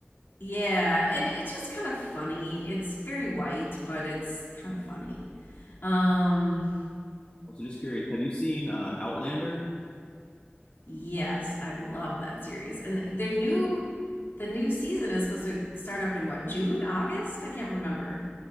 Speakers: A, on the left; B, on the left.
A: yeah, and it's just kind of funny. It's very white, but it's kind of funny. Um,
B: Also, just curious, have you seen uh, Outlander?
A: yes, I love that series. And their new the new season is supposed to start up in what June, August? I can't remember.